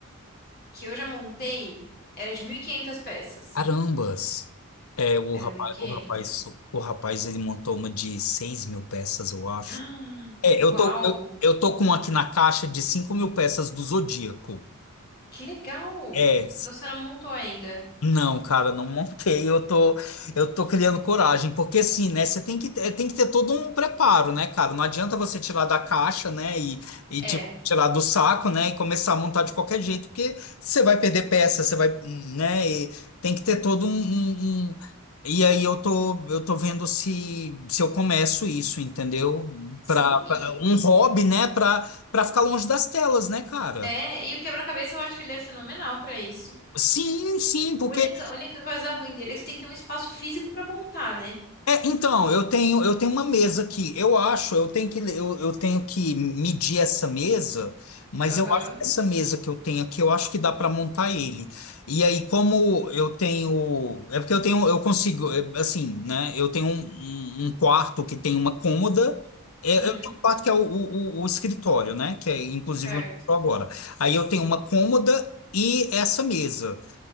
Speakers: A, on the left; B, on the left.
A: que eu já montei era de 1.500 peças.
B: Carambas! É, o
A: Era
B: rapaz,
A: mil e quinhentas.
B: o rapaz,
A: <gasps>
B: o rapaz, ele montou uma de 6 mil peças, eu acho.
A: Ah,
B: É,
A: uau!
B: eu tô, eu, eu tô com um aqui na caixa de 5 mil peças do Zodíaco.
A: Que legal!
B: É,
A: E você não montou ainda?
B: não, cara, não montei. Eu tô, eu tô criando coragem, porque assim, né? Você tem que, é, tem que ter todo um preparo, né, cara? Não adianta você tirar da caixa, né? E, e
A: É,
B: tipo, tirar do saco, né? E começar a montar de qualquer jeito, porque você vai perder peça, você vai, né? E tem que ter todo um, um- um- E aí eu tô, eu tô vendo se, se eu começo isso, entendeu?
A: sim,
B: Pra, pra-
A: e
B: um hobby, né? Pra, pra ficar longe das telas, né, cara?
A: é, e o quebra-cabeça eu acho que ele é fenomenal pra isso.
B: Sim, sim,
A: A
B: porque
A: única, a única coisa ruim dele é que você tem que ter um espaço físico pra montar, né?
B: É, então, eu tenho, eu tenho uma mesa aqui. Eu acho, eu tenho que, eu, eu tenho que medir essa mesa, mas
A: Aham.
B: eu acho que essa mesa que eu tenho aqui, eu acho que dá para montar ele. E aí, como eu tenho, é porque eu tenho, eu consigo, é, assim, né? Eu tenho um, um- um quarto que tem uma cômoda. é,
A: Uhum.
B: Eu tenho um quarto que é o, o, o- o escritório, né? Que é inclusive
A: Certo.
B: onde eu tô agora. Aí eu tenho uma cômoda e essa mesa.